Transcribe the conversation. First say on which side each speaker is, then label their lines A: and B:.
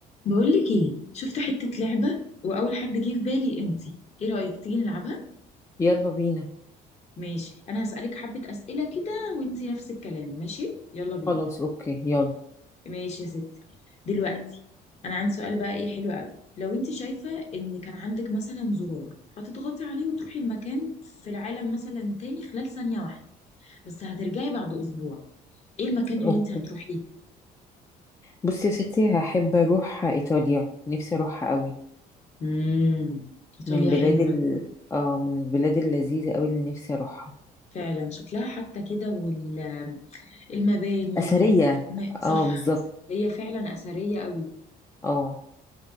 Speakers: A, on the left; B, on the left.
A: بقولك ايه شفت حتة لعبة وأول حد جه في بالي انتي ايه رأيك تيجي نلعبها؟
B: يلا بينا
A: ماشي أنا هسألك حبة أسئلة كده وانتي نفس الكلام ماشي؟ يلا بينا
B: خلاص اوكي يلا
A: ماشي يا ستي دلوقتي أنا عندي سؤال بقى ايه حلو قوي لو انتي شايفة ان كان عندك مثلا زرار هتضغطي عليه وتروحي المكان في العالم مثلا تاني خلال ثانية واحدة بس هترجعي بعد أسبوع ايه المكان
B: اوكي
A: اللي انتي هتروحيه؟
B: بصي يا ستي هحب اروح ايطاليا نفسي اروحها قوي
A: امم إيطاليا
B: من البلاد
A: حلوة
B: ال... اه من البلاد اللذيذه قوي اللي نفسي اروحها
A: فعلا شكلها حتى كده وال المباني
B: اثريه
A: والرسومات صح
B: اه بالظبط
A: هي فعلا أثرية قوي
B: اه